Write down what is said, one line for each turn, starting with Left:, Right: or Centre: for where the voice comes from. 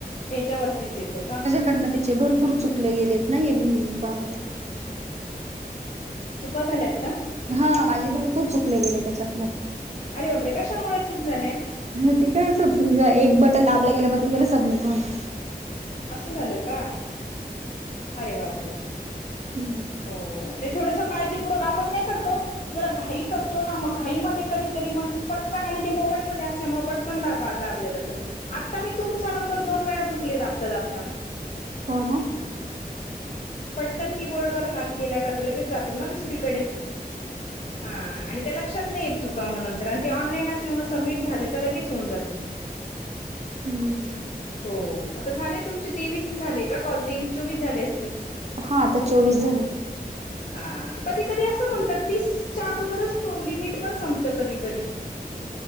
Left: याच्या वरतीच येतं का?
Right: कडन तिचे भरपूर चुकले गेलेत ना हे ब
Left: चुका झाल्यात का?
Right: हा माझे भरपूर चुकले गेले त्याच्यातनं.
Left: अरे बापरे कशामुळे चूक झाल्या?
Right: ह ते काय चुक एक बटन दाबलं गेलं, मग ते गेलं सबमिट होऊन.
Left: असं झालं का? अरे बाप रे
Right: होऊन
Left: हो ते थोडंसं काळजीपूर्वक, आपण काय करतो जरा घाई करतो ना मग, घाई मध्ये कधीतरी मग पटकन आणि ते मोबाईल मध्ये असल्यामुळे पट कण, दाबाद दाबल जातं, आता मी तुमचा नंबर दोन वेळा चुकले दाबता दाबता.
Right: हो ना
Left: पटकन कीबोर्ड वर हात गेला का तो लगेच जातोना दुसरीकडे. हं आणि ते लक्षात नाहीयेत चुका म नंतर आणि ते ऑनलाईन असल्यामुळे सबमिट झालं, का लगेच होऊन जात. <inaudible>
Right: हम्.
Left: हो आता, झाले तुमचे तेवीस झाले, का कॉल तेवीस- चोवीस झाले असतील.
Right: हा आता चोवीस झाले.
Left: हा. कधी कधी असं म्हणतात, तीस च्या अगोदरच तो लिमट पण संपत कधी कधी.